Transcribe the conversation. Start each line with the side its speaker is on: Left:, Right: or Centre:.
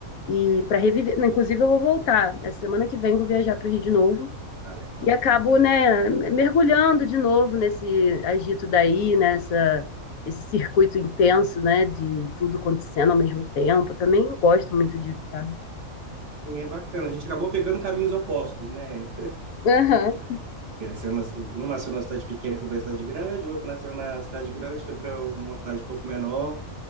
Left: e para reviver. Inclusive, eu vou voltar. Essa semana que vem, eu vou viajar para o Rio de novo.
Right: Tá legal.
Left: E acabo, né, mergulhando de novo nesse agito daí, nessa esse circuito intenso, né, de tudo acontecendo ao mesmo tempo. Eu também gosto muito disso, sabe?
Right: E é bacana. A gente acabou pegando caminhos opostos, né?
Left: Aham.
Right: Cresceu na- Um nasceu na cidade pequena e foi pra cidade grande, o outro nasceu na cidade grande, foi para uma cidade um pouco menor.